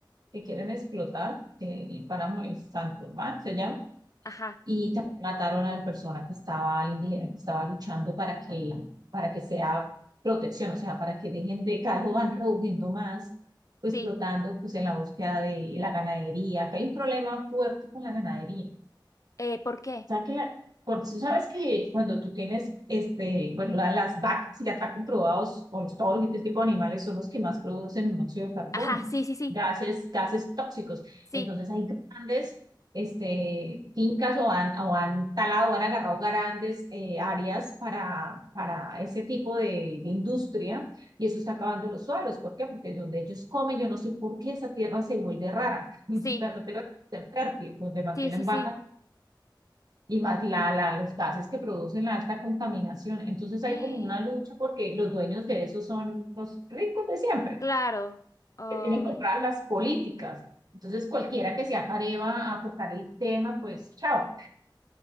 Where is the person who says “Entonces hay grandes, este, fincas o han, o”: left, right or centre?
Right